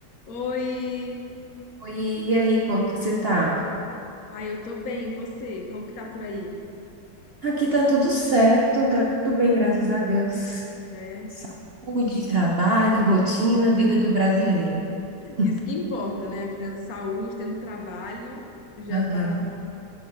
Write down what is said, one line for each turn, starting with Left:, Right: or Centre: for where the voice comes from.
Left: Oi!
Right: Oi, e aí, como que você tá?
Left: Ah, eu tô bem, e você? Como que tá por aí?
Right: Aqui tá tudo certo, tá tudo bem, graças a Deus.
Left: É,
Right: Saúde, trabalho, rotina, vida do brasileiro. <laughs>
Left: isso que importa, né? Tendo saúde, tendo trabalho, já
Right: Aham.
Left: tá.